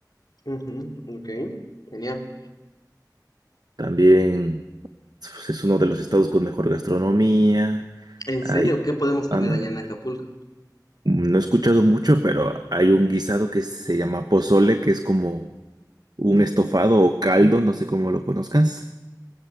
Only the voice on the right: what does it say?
También pues, es uno de los estados con mejor gastronomía.
Hay,
an-
no he escuchado mucho, pero hay un guisado que se llama pozole, que es como un estofado o caldo, no sé cómo lo conozcas.